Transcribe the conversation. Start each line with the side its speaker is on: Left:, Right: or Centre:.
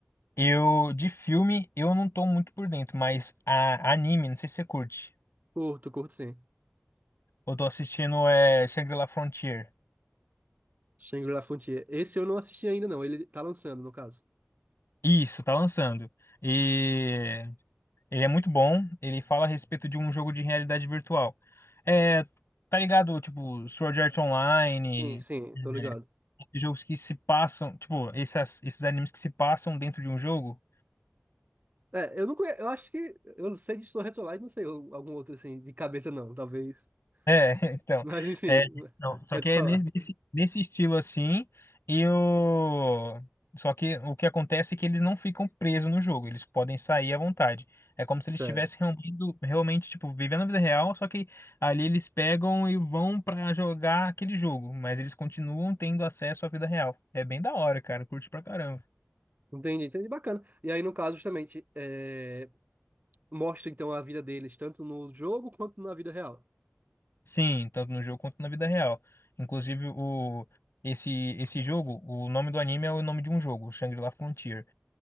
Left: eu, de filme, eu não tô muito por dentro, mas a anime, não sei se você curte.
Right: Curto, curto, sim.
Left: Eu tô assistindo é Shangri-La Frontier.
Right: Shangri-La Frontier. Esse eu não assisti ainda, não. Ele tá lançando, no caso.
Left: Isso, tá lançando. E ele é muito bom, ele fala a respeito de um jogo de realidade virtual. É, tá ligado, tipo, Sword Art Online,
Right: Sim, sim,
Left: é,
Right: tô ligado.
Left: jogos que se passam, tipo, essas, esses animes que se passam dentro de um jogo.
Right: É, eu não conheço, eu acho que, eu não sei de Soul Retrolight, não sei o- algum outro assim, de cabeça não, talvez.
Left: É, <laughs> então,
Right: Mas enfim,
Left: é, não,
Right: <laughs>
Left: só
Right: pode
Left: que é
Right: falar.
Left: nesse, nesse nesse estilo assim, e o, só que o que acontece é que eles não ficam presos no jogo, eles podem sair à vontade. É como se eles
Right: Certo.
Left: estivessem realmente, realmente, tipo, vivendo a vida real, só que ali eles pegam e vão pra jogar aquele jogo, mas eles continuam tendo acesso à vida real. É bem da hora, cara, curte pra caramba.
Right: Entendi, entendi, bacana. E aí, no caso, justamente, é, mostra então a vida deles, tanto no jogo quanto na vida real.
Left: Sim, tanto no jogo quanto na vida real. Inclusive, o, esse, esse jogo, o nome do anime é o nome de um jogo, o Shangri-La Frontier.